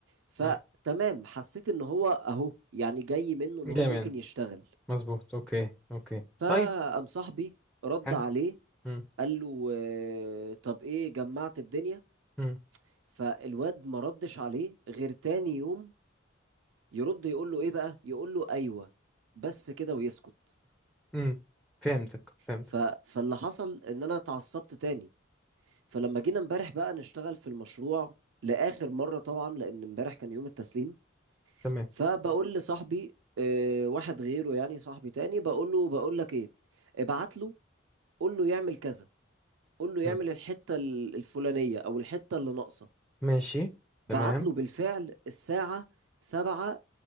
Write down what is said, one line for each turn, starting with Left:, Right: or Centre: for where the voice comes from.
Right: فتمام
Centre: مم.
Right: حسيت ان هو اهو يعني جاي منه ان
Centre: جميل
Right: هو ممكن يشتغل
Centre: مظبوط اوكي اوكي
Right: فقام
Centre: طيب
Right: صاحبي رد
Centre: حلو
Right: عليه
Centre: مم.
Right: قال له آه، طب ايه جمعت الدنيا
Centre: مم.
Right: فالواد ما ردش عليه غير تاني يوم يرد يقول له ايه بقى يقول له ايوه بس كده ويسكت
Centre: مم. فهمتك فهمتك
Right: ف... فاللي حصل ان انا اتعصبت تاني فلما جينا امبارح بقى نشتغل في المشروع لاخر مره طبعا لان امبارح كان يوم التسليم
Centre: تمام
Right: فبقول لصاحبي آه، واحد غيره يعني صاحبي تاني بقول له بقول لك ايه ابعت له قول له يعمل كذا قول له يعمل
Centre: مم.
Right: الحتة ال- الفلانية او الحتة اللي ناقصة
Centre: ماشي
Right: بعت
Centre: تمام
Right: له بالفعل الساعة سبعة